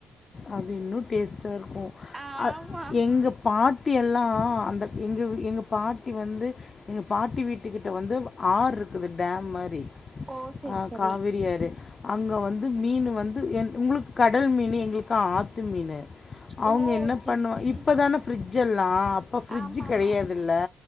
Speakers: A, on the left (about 45°); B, on the right (about 20°).
A: அது இன்னு டேஸ்ட்டா இருக்கு
B: ஆமா
A: அ எங்க பாட்டி எல்லா அந்த எங்க எங்க பாட்டி வந்து எங்க பாட்டி வீட்டு கிட்ட வந்து ஆறு இருக்குது டேம் மாரி
B: ஓ செரி
A: அ
B: செரி
A: காவிரி ஆறு அங்க வந்து மீனு வந்து உங்களுக்கு கடல் மீனு எங்களுக் கா ஆத்து மீனு அவங்க
B: ஓ
A: என்ன
B: செரி
A: பண்ணுவா
B: செரி
A: இப்பதானே ஃப்ரிட்ஜ் எல்லா அப்ப ஃப்ரிட்ஜ்
B: ஆமாமா
A: கெடையாதுல்ல